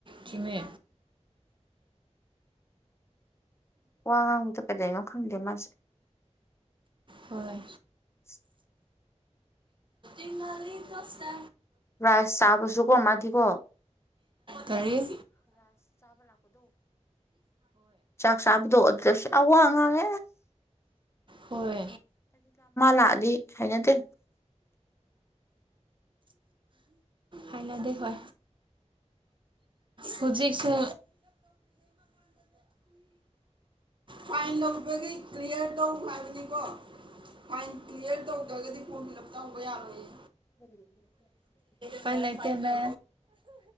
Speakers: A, on the right; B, on the left.
A: ꯆꯃꯦ
B: ꯋꯥ ꯉꯕꯛꯇ ꯀꯗꯩꯅꯣ ꯈꯪꯗꯦ ꯃꯥꯁꯦ
A: ꯍꯣꯏ
B: <inaudible>
A: ꯏꯟꯅ ꯃꯤ ꯇꯁꯦ
B: ꯔꯥꯏꯁ ꯆꯥꯕꯁꯨꯀꯣ ꯃꯥꯗꯤꯀꯣ
A: ꯇꯔꯤꯦ
B: ꯆꯥꯛꯁꯕꯗꯣ ꯑꯣꯒꯁ ꯑ ꯑꯉꯥꯡ
A: ꯍꯣꯏ
B: ꯂꯥꯛꯑꯗꯤ ꯍꯩꯅꯗꯦ
A: ꯍꯥꯏꯂꯗꯦ ꯍ ꯍꯧꯖꯤꯦꯛꯁꯨ ꯐꯥꯏꯟ ꯂꯧꯕꯈꯩ ꯀ꯭ꯔꯤꯌꯔ ꯇꯧ ꯍꯥꯏꯕꯅꯤꯀꯣ
B: <inaudible>
A: ꯐꯥꯏꯟ ꯀ꯭ꯂꯤꯌꯥꯔ ꯇꯧꯗ꯭ꯔꯒꯗꯤ ꯐꯣꯔꯝ ꯐꯤꯜ ꯎꯞ ꯇꯧꯕ ꯌꯥꯔꯣꯏꯌꯦ
B: ꯎꯝ
A: ꯄꯥꯏ ꯂꯩꯇꯅ